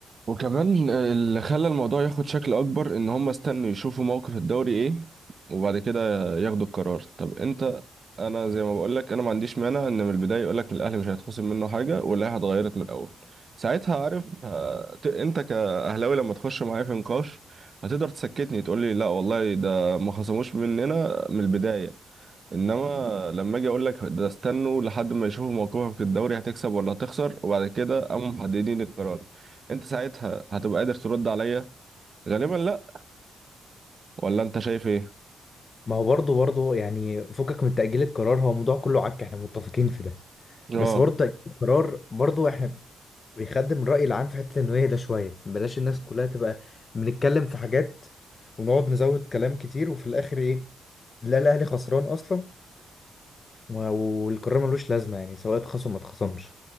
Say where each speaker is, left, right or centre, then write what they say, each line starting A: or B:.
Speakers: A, on the right; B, on the left.
A: وكمان اللي خلى الموضوع ياخد شكل اكبر ان هم استنوا يشوفوا موقف الدوري ايه وبعد كده ياخدوا القرار طب انت انا زي ما بقول لك انا ما عنديش مانع ان من البدايه يقول لك الاهلي مش هيتخصم منه حاجه واللائحه اتغيرت من الاول ساعتها عارف هت- انت كاهلاوي لما تخش معايا في نقاش هتقدر تسكتني تقول لي لا والله ده ما خصموش مننا من البدايه انما لما اجي اقول لك ده استنوا لحد ما يشوفوا موقفهم في الدوري هتكسب ولا هتخسر وبعد كده قاموا محددين القرار انت ساعتها هتبقى قادر ترد عليا غالبا لا ولا انت شايف ايه
B: ما هو برضه برضه يعني فكك من تأجيل القرار هو الموضوع كله عك احنا متفقين في ده
A: اه
B: بس برضه تأجيل القرار برضه احنا بيخدم الرأي العام في حتة التنوية ده شوية بلاش الناس كلها تبقى بنتكلم في حاجات ونقعد نزود كلام كتير وفي الآخر إيه لا الأهلي خسران أصلا و- والقرار ملوش لازمة يعني سواء اتخصم ما اتخصمش